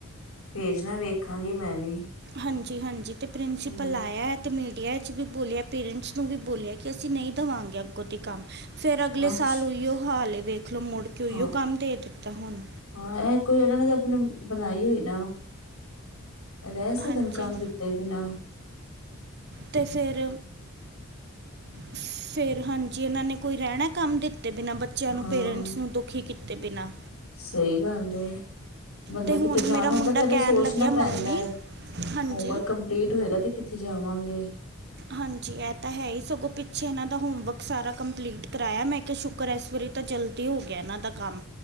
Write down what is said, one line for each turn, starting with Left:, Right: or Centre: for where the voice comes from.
Left: ਭੇਜਣਾ ਵੇਖਾਂਗੀ ਮੈਂ ਵੀ
Right: ਹਾਂਜੀ-ਹਾਂਜੀ ਤੇ ਪ੍ਰਿੰਸੀਪਲ
Left: ਹੂੰ
Right: ਆਏਆ, ਤੇ ਮੀਡੀਆ ਵਿੱਚ ਬੋਲੇਆ ਪੇਰੈਂਟਸ ਨੂੰ ਵੀ ਬੋਲੇਆ। ਕਿ ਅਸੀਂ ਨਹੀਂ ਦੇਵਾਂਗੇ, ਅੱਗੋਂ ਦੀ ਕੰਮ। ਫੇਰ ਅਗਲੇ
Left: ਅੱਛਾ
Right: ਸਾਲ ਉਹੀਓ, ਹਾਲ ਏ ਵੇਖ ਲਓ, ਮੁੜ ਕੇ ਉਹੀਓ
Left: ਹਾਂ
Right: ਕੰਮ ਦੇ ਦਿੱਤਾ ਹੁਨ।
Left: ਹਾਂ, ਏ ਕੋਈ ਇਨਾਂ ਨੇ ਆਪਨੇ ਅਮ ਬਨਾਈ ਹੋਈ ਨਾ ਰੇਅ ਸਕਦੇ,
Right: ਹਾਂਜੀ
Left: ਕੰਮ ਦਿੱਤੇ ਬਿਨਾਂ।
Right: ਤੇ ਫੇਰ ਫੇਰ, ਹਾਂਜੀ ਇਨਾਂ ਨੇ ਕੋਈ ਰਹਿਨਾ ਕੰਮ ਦਿੱਤ ਤੇ ਬਿਨਾਂ ਬੱਚੇਆਂ ਨੂੰ,
Left: ਹਾਂ
Right: ਪੇਰੈਂਟਸ ਨੂੰ ਦੁਖੀ ਕੀਤੇ ਬਿਨਾਂ।
Left: ਸਹੀ ਗੱਲ ਏ। ਬੰਦਾ
Right: ਤੇ
Left: ਕਿਤੇ
Right: ਹੁਣ
Left: ਜਾਨਾ
Right: ਮੇਰਾ ਮੁੰਡਾ
Left: ਹੁੰਦਾ, ਪਹਿਲੇ
Right: ਕਹਿਣ
Left: ਸੋਚਨਾ
Right: ਲੱਗਿਆ ਮੰਮੀ
Left: ਪੈਂਦਾ ਏ।
Right: ਹਾਂਜੀ
Left: ਹੋਮਵਰਕ ਕੰਪ ਪਲੀਟ ਹੋਏਗਾ, ਤੇ ਕਿੱਥੇ ਜਾਵਾਂਗੇ।
Right: ਹਾਂਜੀ, ਇਹ ਤਾਂ ਹੈ ਹੀ ਸਗੋਂ ਪਿੱਛੇ ਇਨਾਂ ਦਾ ਹੋਮਵਰਕ ਸਾਰਾ ਕੰਪਲੀਟ ਕਰਾਏਆ। ਮੈਂ ਕੇਆ ਸ਼ੁਕਰ ਇਸ ਵਾਰੀ ਤਾਂ ਜਲ ਦੀ ਹੋ ਗੇਆ, ਇਨਾਂ ਦਾ ਕੰਮ